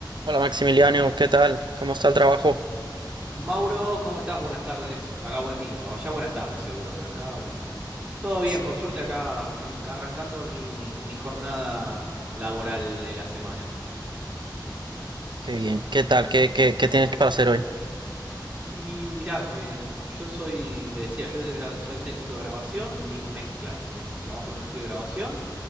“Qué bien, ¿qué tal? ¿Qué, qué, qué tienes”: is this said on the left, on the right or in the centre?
Right